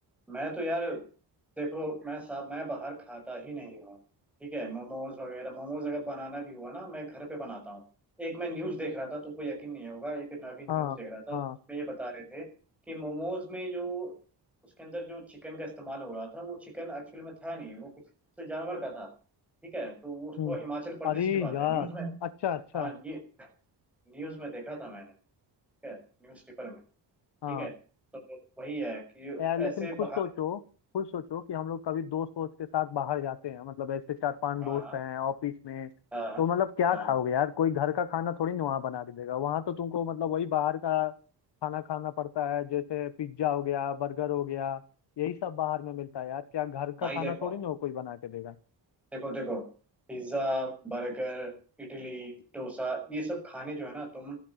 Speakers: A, in the centre; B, on the left.
A: मैं तो यार देखो मैं साहब मैं बाहर खाता ही नहीं हूँ ठीक है मोमोज वगैरह मोमोज अगर बनाना भी हुआ ना मैं घर पे बनाता हूँ एक मैं न्यूज़ देख रहा था तुमको यकीन नहीं होगा एक मैं अभी न्यूज़
B: हाँ
A: देख रहा था
B: हाँ
A: उसमें ये बता रहे थे कि मोमोज में जो उसके अंदर जो चिकन का इस्तेमाल हो रहा था वो चिकन एक्चुअली में था नहीं वो कुछ उससे जानवर का था ठीक है तो वो- उसको
B: हम्म
A: हिमाचल प्रदेश
B: अरे
A: की बात
B: यार
A: है न्यूज़ में
B: अच्छा अच्छा
A: हाँ ये न्यूज़ में देखा था मैंने ठीक है न्यूज़ पेपर में ठीक
B: हाँ
A: है तो वही है कि
B: यार लेकिन
A: ऐसे
B: खुद
A: बाहर
B: सोचो खुद सोचो कि हम लोग कभी दोस्त वोस्त के साथ बाहर जाते हैं मतलब ऐसे चार पांच
A: हाँ
B: दोस्त
A: हाँ
B: हैं ऑफिस में
A: हाँ हाँ
B: तो मतलब क्या
A: हाँ,
B: खाओगे यार कोई घर का खाना थोड़ी ना वहां बना के देगा वहां तो तुमको मतलब वही बाहर का खाना खाना पड़ता है जैसे पिज्जा हो गया बर्गर हो गया यही सब बाहर में मिलता है यार क्या घर का
A: भाई
B: खाना
A: देखो
B: थोड़ी ना वो कोई बना के देगा
A: देखो देखो पिज्जा बर्गर इडली डोसा ये सब खाने जो है ना तुम